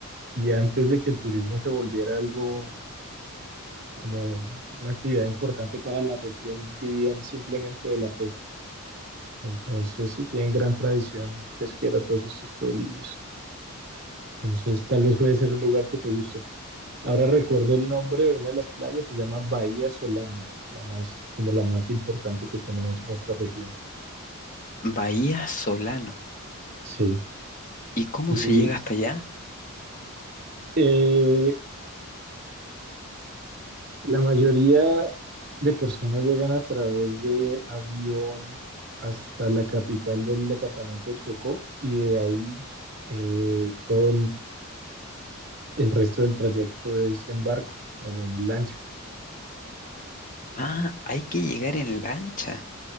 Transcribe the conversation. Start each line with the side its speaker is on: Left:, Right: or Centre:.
Right: Y antes de que el turismo se volviera algo como una actividad importante para la región, vivían simplemente de la pesca. Entonces sí tienen gran tradición pesquera todos estos pueblillos. Entonces tal vez puede ser un lugar que te guste. Ahora recuerdo el nombre de una de las playas, se llama Bahía Solano, la más, como la más importante que tenemos en esta región.
Left: Bahía Solano.
Right: Sí.
Left: ¿Y cómo
Right: Y,
Left: se llega hasta allá?
Right: eh, La mayoría de personas llegan a través de avión hasta la capital del departamento de Chocó y de ahí eh, todo el, el resto del trayecto es en barco o en lancha.
Left: Ah, hay que llegar en lancha.